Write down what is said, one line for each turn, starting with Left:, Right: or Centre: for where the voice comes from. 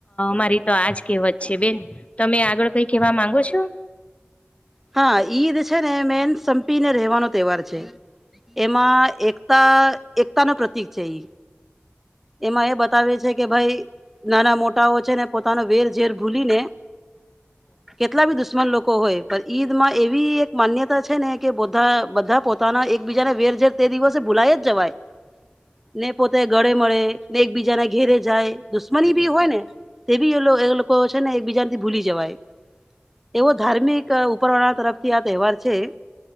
Left: મારી તો આજ કહેવત છે બેન, તમે આગળ કઈ કેવા માંગો છો?
Centre: હા, ઈદ છે ને મેન સંપીને રહેવાનો તહેવાર છે. એમાં એકતા એકતાનો પ્રતિક છે, એ એમાં એ બતાવે છે કે ભાઈ, નાના મોટાઓ છે ને પોતાનો વેર ઝેર ભૂલીને
Left: હ
Centre: કેટલા બી દુશ્મન લોકો હોય, પણ ઈદ માં એવી એક માન્યતા છે ને કે બોધા બધા પોત પોતાના એકબીજાને વેર ઝેર તે દિવસે ભૂલાય જવાય
Left: <inaudible>
Centre: ને પોતે ગળે મળે, ને એકબીજાને ઘેરે જાય, દુશ્મનીભી હોય ને તે બી એ એ લોકો છે ને એક બીજાથી ભૂલી જવાય. એવો ધાર્મિક ઉપરવાળા તરફથી આ તહેવાર છે.